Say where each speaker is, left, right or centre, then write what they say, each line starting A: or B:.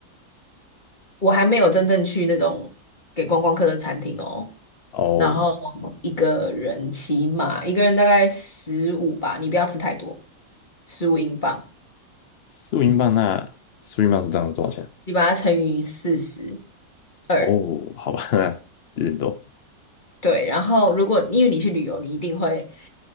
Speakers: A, on the left; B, on the left.
A: 我还没有真正去那种给观光客的餐厅哦。
B: 哦，
A: 然后一个人起码一个人大概十五吧，你不要吃太多，十五英镑，
B: 四五英镑那四五英镑是这样多少钱？
A: 你把它乘以四十。二。
B: 哦，好吧，<laughs> 那有点多。
A: 对，然后如果因为你去旅游，你一定会